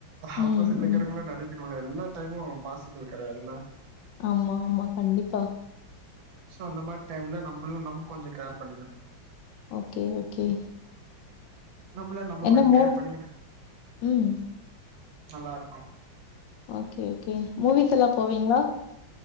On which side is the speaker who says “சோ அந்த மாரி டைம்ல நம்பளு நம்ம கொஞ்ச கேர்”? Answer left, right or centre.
Right